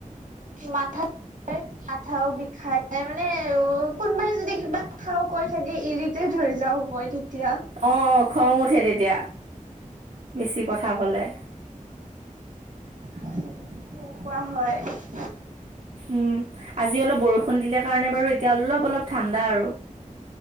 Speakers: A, on the right; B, on the right.
A: মাথা আঠাও বিষাই মানে অ, কোনোবাই যদি কিবা কথা কৈ থাকে ইৰি তেত, হৈ যাওঁ মই তেতিয়া।
B: অ, খং উঠে তেতিয়া বেছি কথা ক'লে।
A: <inaudible> কোৱা হয়।
B: উম, আজি অলপ বৰষুণ দিলে কাৰণে বাৰু এতিয়া অলপ অলপ ঠাণ্ডা আৰু।